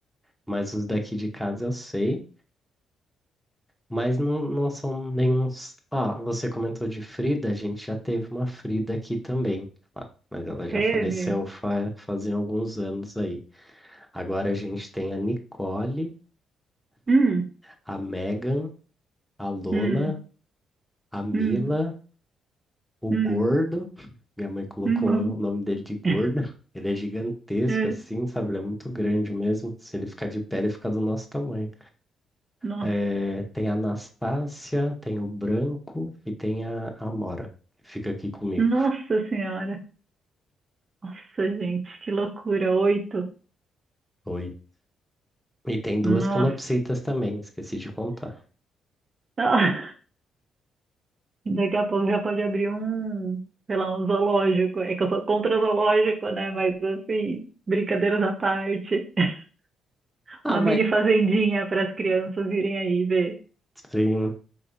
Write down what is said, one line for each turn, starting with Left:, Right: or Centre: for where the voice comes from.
Centre: Mas os daqui de casa eu sei. Mas não, não são nenhum. Ah, você comentou de Frida. A gente já teve uma Frida aqui também. lá, Mas ela já
Right: Teve?
Centre: faleceu fa fazem alguns anos aí. Agora a gente tem a Nicole,
Right: Hum,
Centre: a Megan. a Lola,
Right: hum,
Centre: a Mila,
Right: hum,
Centre: o
Right: hum,
Centre: Gordo. Minha mãe colocou
Right: hum.
Centre: o nome dele de Gordo.
Right: <laughs>
Centre: Ele é gigantesco,
Right: Eh,
Centre: assim, sabe? Ele é muito grande mesmo. Se ele ficar de pé, ele fica do nosso tamanho.
Right: Nossa,
Centre: Eh, tem a Anastácia, tem o Branco e tem a a Amora, que fica aqui comigo.
Right: nossa senhora. Nossa, gente, que loucura. Oito.
Centre: Oi. E tem duas
Right: Nossa.
Centre: calopsitas
Right: <laughs>
Centre: também, esqueci de contar.
Right: Ah, Daqui a pouco já pode abrir um, sei lá, um zoológico. É que eu sou contra zoológico, né? Mas assim, brincadeiras à parte. <laughs>
Centre: Ah,
Right: Uma
Centre: mas.
Right: mini fazendinha para as crianças virem aí ver.
Centre: Sim.